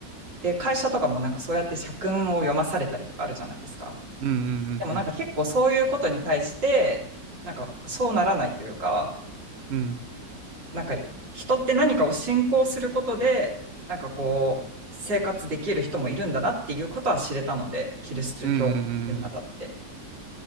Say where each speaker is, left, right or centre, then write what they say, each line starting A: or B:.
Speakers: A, on the right; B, on the right.
A: で、会社とかもなんかそうやって社訓を読まされたりとかあるじゃないですか。
B: うんうんうん
A: でもなんか結構そういうことに対して、なんかそうならないというか、
B: うんうん
A: なんか人って何かを信仰することで、なんかこう、生活できる人もいるんだなっていうことは知れたので、キリスト教にあたって。
B: うんうんうんうんうん